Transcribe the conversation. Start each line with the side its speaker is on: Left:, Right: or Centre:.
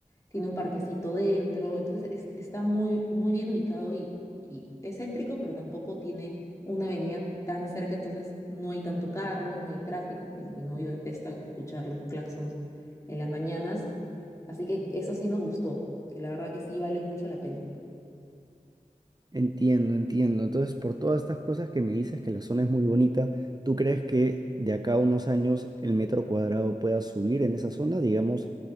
Left: Tiene un parquecito dentro, entonces es- está muy, muy bien ubicado y, y es céntrico, pero tampoco tiene una avenida tan cerca, entonces no hay tanto carro, no hay tráfico, que mi novio detesta escuchar los claxons en las mañanas. Así que eso sí nos gustó, que la verdad que sí vale mucho la pena.
Right: Entiendo, entiendo. Entonces, por todas estas cosas que me dices que la zona es muy bonita, ¿tú crees que de acá a unos años el metro cuadrado pueda subir en esa zona? Digamos,